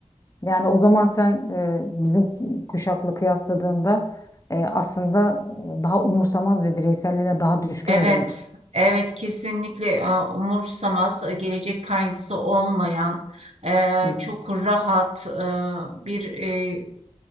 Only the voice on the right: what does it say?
Evet,
evet kesinlikle e, umursamaz, e, gelecek kaygısı olmayan, e,
çok rahat e, bir e,